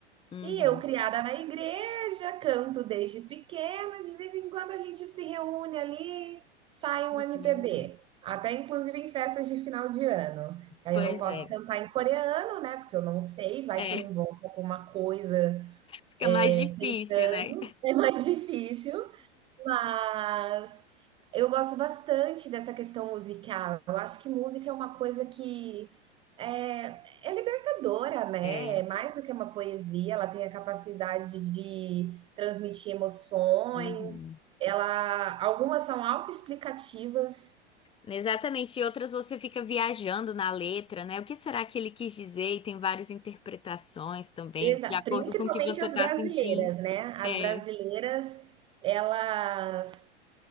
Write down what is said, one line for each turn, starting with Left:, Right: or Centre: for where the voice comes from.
Left: Uhum.
Right: E eu, criada na igreja, canto desde pequena, de vez em quando a gente se reúne ali, sai um
Left: Incrível.
Right: MPB. Até inclusive em festas de final de ano. Aí
Left: Pois
Right: eu não posso
Left: é.
Right: cantar em coreano, né? Porque eu não sei, vai
Left: É,
Right: que eu invoco alguma coisa,
Left: <laughs> fica
Right: eh,
Left: mais difícil,
Right: tentando,
Left: né?
Right: é mais difícil. Mas eu gosto bastante dessa questão musical. Eu acho que música é uma coisa que é, é libertadora, né?
Left: É.
Right: É mais do que uma poesia, ela tem a capacidade de transmitir emoções.
Left: Uhum.
Right: Ela, algumas são autoexplicativas,
Left: Exatamente. E outras você fica viajando na letra, né? O que será que ele quis dizer? E tem várias interpretações também,
Right: exa-
Left: de acordo
Right: principalmente
Left: com o que você
Right: as
Left: está
Right: brasileiras,
Left: sentindo.
Right: né? As
Left: É,
Right: brasileiras, elas